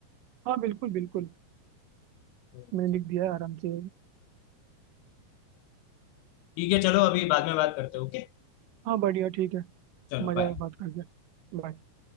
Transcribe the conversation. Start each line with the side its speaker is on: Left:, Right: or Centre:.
Right: हाँ बिल्कुल बिल्कुल
Left: ओके
Right: मैंने लिख दिया है आराम से
Left: ठीक है चलो अभी बाद में बात करते हैं ओके
Right: हाँ बढ़िया ठीक है
Left: चलो
Right: मजा
Left: बाय
Right: आया बात करके Bye.